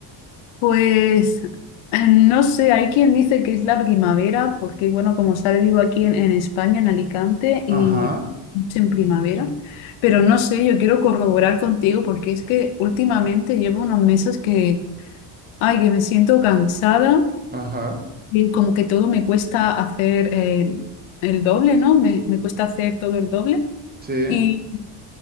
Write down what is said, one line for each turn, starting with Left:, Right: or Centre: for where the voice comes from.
Left: Pues eh, no sé, hay quien dice que es la primavera, porque bueno, como sabe, vivo aquí en, en España, en Alicante, y
Right: Ajá,
Left: es en primavera, pero no sé, yo quiero corroborar contigo porque es que últimamente llevo unos meses que, ay, que me siento cansada
Right: ajá,
Left: y como que todo me cuesta hacer eh, el doble, ¿no? Me, me cuesta hacer todo el doble.
Right: sí,
Left: Y,